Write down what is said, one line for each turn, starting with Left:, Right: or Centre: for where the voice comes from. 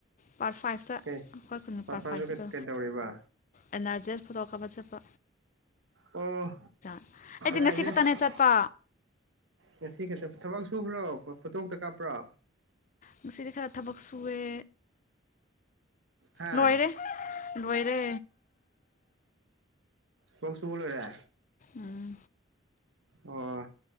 Left: ꯄꯥꯔꯠ ꯐꯥꯏꯚꯇ
Right: ꯀꯩ
Left: ꯑꯩꯣꯏ ꯀ
Right: ꯄꯥꯄꯥꯁꯨ
Left: ꯄꯥꯔꯠ ꯐꯥꯏꯚꯇꯗ
Right: ꯀꯩꯗꯧꯔꯤꯕ
Left: ꯑꯦꯟ ꯑꯔꯖꯤꯁ ꯄꯨꯗꯣꯛꯀ ꯑꯃ ꯆꯠꯄ
Right: ꯑꯣ
Left: <unintelligible> ꯑꯩꯗꯤ ꯉꯁꯤ
Right: ꯔꯥꯖꯦꯁ
Left: ꯈꯛꯇꯅꯦ ꯆꯠꯄ
Right: ꯉꯁꯤ ꯈꯛꯇ ꯊꯕꯛ ꯁꯨꯕ꯭ꯔꯣ ꯐꯣꯇꯣ ꯈꯛꯇ ꯀꯥꯞꯄ꯭ꯔꯣ
Left: ꯉꯁꯤꯗꯤ ꯈꯔ ꯊꯕꯛ ꯁꯨꯑꯦ
Right: ꯍꯥ
Left: ꯂꯣꯏꯔꯦ ꯂꯣꯏꯔꯦ
Right: <unintelligible> ꯂꯣꯏꯔꯦ
Left: ꯎꯝ
Right: ꯑꯣ